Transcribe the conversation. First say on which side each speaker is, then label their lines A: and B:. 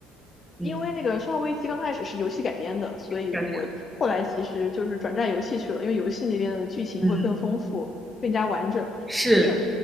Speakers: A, in the centre; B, on the left (about 35°).
A: 嗯，
B: 因为那个《生化危机》刚开始是游戏改编的，所以我后来其实就是转战游戏去了，
A: 表现。
B: 因为游戏那边的剧情会更丰富、
A: 嗯，
B: 更加完整。
A: 是，
B: 就是